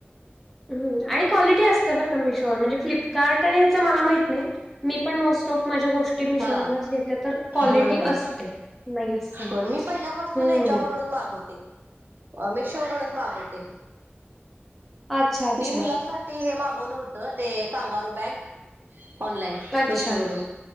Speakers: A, in the centre; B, on the right.
A: हुं आणि क्वालिटी असते बर मीशोवर म्हणजे फ्लिपकार्ट आणि ह्याच मला माहित नाही. मी पण मोस्ट औफ माझ्या गोष्टी मिशोवरूनच
B: हा,
A: घेते तर क्वालिटी
B: होय होय.
A: असते नाही असं नाही
B: हो मी पहिल्यापासून
A: हम्म
B: ह्याच्यावरूनच मागव ते, मीशोरूनच मागवते.
A: अच्छा अच्छा
B: मी मुलासाठी ते हे मागवलं होतं, ते कांगारू बॅग ऑनलाईन
A: अच्छा
B: मिशोवरून.